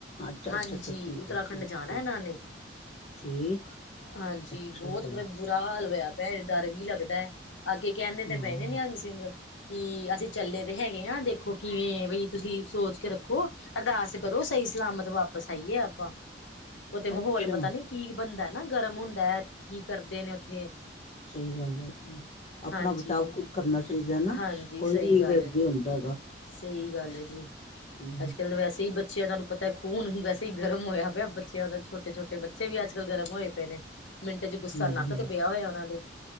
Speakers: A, on the left (about 35°); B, on the left (about 80°).
A: ਅੱਛਾ
B: ਹਾਂਜੀ
A: ਅੱਛਾ ਅੱਛਾ ਠੀਕ
B: ਉੱਤਰਾਖੰਡ
A: ਹੈ ਠੀਕ
B: ਜਾਣਾ
A: ਠੀਕ
B: ਇਹਨਾਂ ਨੇ।
A: ਠੀਕ
B: ਹਾਂਜੀ
A: ਅੱਛਾ
B: ਬਹੁਤ
A: ਜੀ
B: ਬੁਰਾ ਹਾਲ ਹੋਇਆ। ਡਰ ਵੀ ਲੱਗਦਾ ਹੈ ਅੱਗੇ ਕਹਿੰਦੇ ਤੇ
A: ਹਾਂ
B: ਪਾਏ ਨੇ ਨਿਹੰਗ ਸਿੰਘ। ਕਿ ਅਸੀਂ ਚੱਲੇ ਤੇ ਹੈਗੇ ਹਾਂ ਦੇਖੋ ਕਿਵੇਂ ਬਈ। ਤੁਸੀਂ ਸੋਚ ਕੇ ਰੱਖੋ ਅਰਦਾਸ ਕਰੋ ਸਹੀ ਸਲਾਮਤ ਵਾਪਸ ਆਈਏ ਆਪਾਂ। ਉਥੇ ਮਾਹੌਲ
A: ਅੱਛਾ
B: ਪਤਾ ਨੀ ਕੀ ਬਣਦਾ ਨਾ ਗਰਮ ਹੁੰਦਾ ਕੀ ਕਰਦੇ ਨੇ ਉੱਥੇ।
A: ਸਹੀ ਗੱਲ ਹੈ। ਆਪਣਾ
B: ਹਾਂਜੀ
A: ਬਚਾਓ ਖੁਦ ਕਰਨਾ ਚਾਹੀਦਾ ਨਾ
B: ਹਾਂਜੀ
A: ਕੋਈ
B: ਸਹੀ
A: ਵੀ ਨੀ
B: ਗੱਲ
A: ਅੱਗੇ
B: ਹੈ ਜੀ
A: ਹੁੰਦਾ ਹੈਗਾ।
B: ਸਹੀ ਗੱਲ ਹੈ ਜੀ
A: ਹੂੰ
B: ਅੱਜ ਕੱਲ ਤਾਂ ਵੈਸੇ ਹੀ ਬੱਚਿਆਂ ਨਾਲ। ਪਤਾ ਖੂਨ ਹੁਣ ਵੈਸੇ ਹੀ ਗਰਮ ਹੋਇਆ ਪਿਆ ਬੱਚਿਆਂ ਦਾ ਛੋਟੇ ਛੋਟੇ ਬੱਚੇ ਵੀ ਅੱਜ ਕੱਲ ਗਰਮ ਹੋਏ ਪਏ ਨੇ। ਮਿੰਟ ਚ ਗੁੱਸਾ
A: ਹੂੰ
B: ਨੱਕ
A: ਹੂੰ
B: ਤੇ ਬਇਆ ਹੋਇਆ ਉਹਨਾਂ ਦੇ